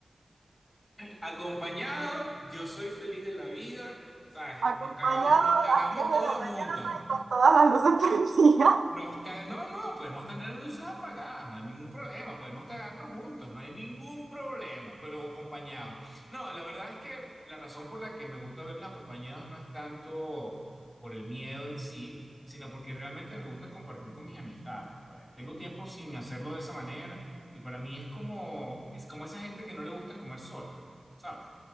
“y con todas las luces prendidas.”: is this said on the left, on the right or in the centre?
Right